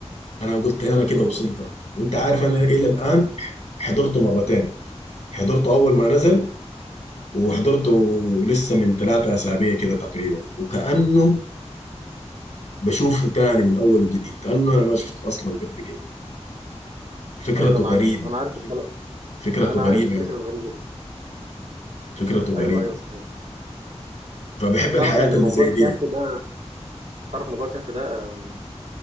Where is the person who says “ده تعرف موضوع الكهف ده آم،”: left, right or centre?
Right